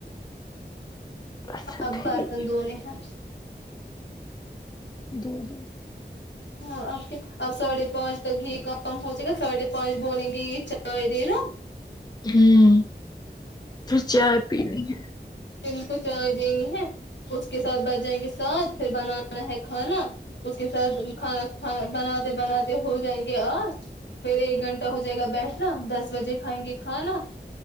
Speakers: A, on the left; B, on the left.
A: اچھا
B: اب
A: ٹھیک
B: برتن دھونے ہیں
A: دو دو
B: ہاں اب کیا اب ساڑھے پانچ تک یہ کام ہو جائے گا ساڑھے پانچ بولیں گے یہ چاۓ دیدو
A: ہوں پھر چائے پینی ہے
B: پھر ان کو چائے دینی ہے اس کے ساتھ بچ جائینگے سات پھر بنانا ہے کھانا اس کے ساتھ کھانا کھانا بناتے بناتے ہو جائیں گے آٹھ پھر ایک گھنٹہ ہو جائے گا بیٹھنا دس بجے کھائیں گے کھانا